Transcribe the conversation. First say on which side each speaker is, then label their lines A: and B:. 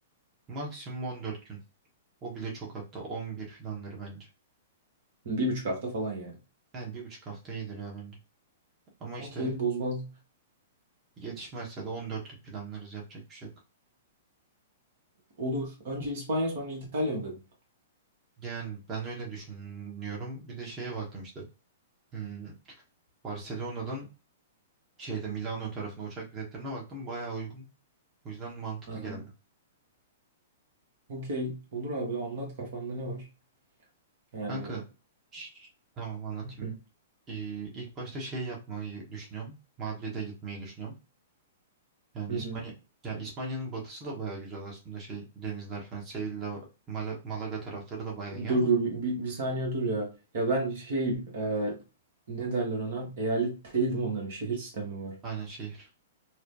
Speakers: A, on the right (about 25°); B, on the right (about 60°).
A: maksimum 14 gün. O bile çok hatta 11 filanları bence.
B: Hı, Bir buçuk hafta falan yani.
A: Yani bir buçuk hafta iyidir ya bence. Ama işte
B: Okey bozmaz.
A: yetişmezse de 14'lük planlarız yapacak bir şey yok.
B: Olur. Önce İspanya sonra İtalya mı dedin?
A: Yani ben öyle düşünüyorum. Bir de şeye baktım işte. Hmm, Barcelona'dan şeyde Milano tarafına uçak biletlerine baktım. Bayağı uygun. O yüzden mantıklı
B: Aha.
A: geldi.
B: Okey. Olur abi anlat kafanda ne var? Yani
A: Kanka şş, tamam anlatayım.
B: Hı hı.
A: Ee, ilk başta şey yapmayı düşünüyorum. Madrid'e gitmeyi düşünüyorum. Yani
B: Hı
A: İspanya
B: hı.
A: ya İspanya'nın batısı da bayağı güzel aslında şey denizler falan Sevilla, Mala- Malaga tarafları da bayağı iyi
B: Dur
A: ama
B: dur bir, bir- bir saniye dur ya. Ya ben şey e, ne derler ona? Eyalet değildim onların şehir sistemi var.
A: aynen şehir.